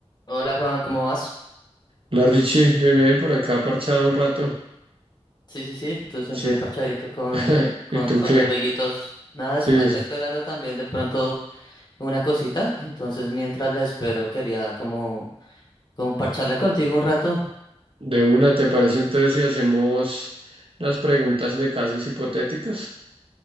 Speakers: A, on the left (about 40°); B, on the right (about 55°).
A: Hola Juan, ¿cómo vas?
B: La Richie, bien, bien, por acá parchada un rato.
A: Sí, sí, sí, tú siempre
B: Sí,
A: parchadito con,
B: <laughs>
A: con,
B: ¿y tú
A: con
B: qué?
A: los jueguitos. Nada,
B: Sí,
A: es- acá
B: sí.
A: esperando también de pronto una cosita. Entonces, mientras la espero, quería como, como parcharla contigo un rato.
B: de una, ¿te parece entonces si hacemos unas preguntas de casos hipotéticos?